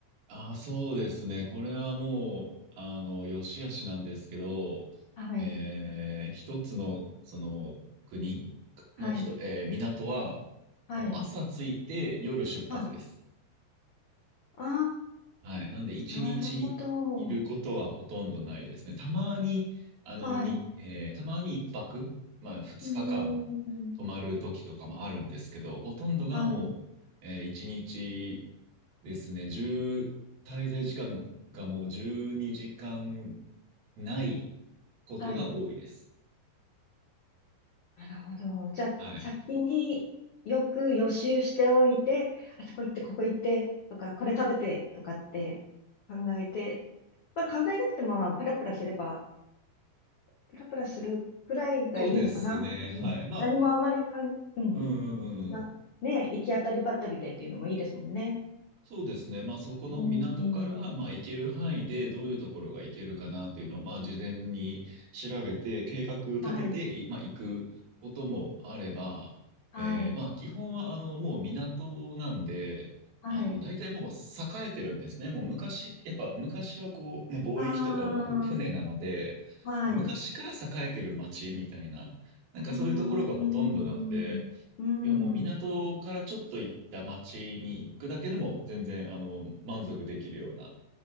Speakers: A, on the right (about 60°); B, on the left (about 75°).
A: ああ、そうですね。これはもう、あの、よしあしなんですけど、
B: はい、
A: えー一つの、その、国の人、
B: はい、
A: えー港は、
B: はい。
A: もう朝着いて夜出発です。
B: あ、あ
A: はい。なんで、一日いることはほとんどないですね。
B: ー、なるほど。
A: たまに、あの、
B: はい。
A: に、
B: う
A: えーたまに一泊、まあ、二日間泊まる時とかもあるんですけど、
B: ーん。
A: ほとんどがもう、
B: はい。
A: えー一日ですね、十、滞在時間がもう12時間ないことが多いです。
B: はい。なるほど。じゃあ、
A: はい。
B: 先によく予習しておいて、あそこ行って、ここ行って、とか、これ食べて、とかって考えて、まあ考えなくても、まあ、プラプラすれば、プラプラするくらいがいいのかな。
A: そうですね。はい。
B: うん。
A: まあ、
B: 何もあまりかん、うん。
A: うんうんうん。
B: な、ね、行き当たりばったりでっていうのもいいですもんね。
A: そうですね。まあ、そこの港から、
B: うーん。
A: まあ、行ける範囲でどういうところが行けるかなっていうのを、まあ、事前に調べて、計画立てて、
B: はい、
A: いまあ、行くこともあれば、
B: はい、
A: えーまあ、基本は、あの、もう港なんで、
B: はい。
A: あの、大体もう栄えてるんですね。もう昔、やっぱ昔はこう、ね、貿易とかはもうふ船なので、
B: ああ、はい。
A: もう昔から栄えてる町みたいな、なんかそういうところがほとんどなんで、
B: うーん、うーん。
A: いや、もう港からちょっと行った町に行くだけでも全然、あの、満足できるような、